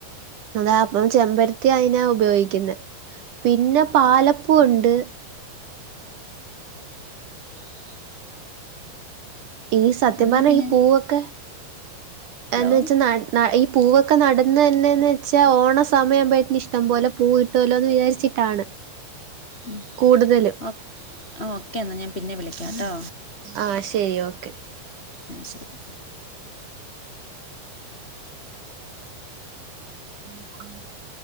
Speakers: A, on the right; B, on the left.
A: അതാ അപ്പം ചെമ്പര ത്തി അയ്നാ ഉപയോഗിക്കുന്നേ പിന്നെ പാലപ്പൂ ഉണ്ട്
B: <unintelligible>
A: ഈ സത്യം
B: എന്നാൽ
A: പറഞ്ഞ
B: പിന്നെ
A: ഈ പൂവൊക്കെ
B: ഹലോ
A: എന്ന് വെച്ചാ ന്ന ന്ന ഈ പൂവൊക്കെ നടന്നെന്നെയെന്ന് വെച്ചാ ഓണ സമയാമ്പോഴേത്ന് ഇഷ്ടം പോലെ പൂ കിട്ടോല്ലോന്ന് വിചാരിച്ചിട്ടാണ്
B: ഉം
A: കൂടുതലും
B: ഒ ഓക്കെ ന്ന ഞാൻ പിന്നെ വിളിക്കാ ട്ടോ
A: ആഹ് ശരി ഓക്കെ
B: ആഹ് ശരി
A: <unintelligible>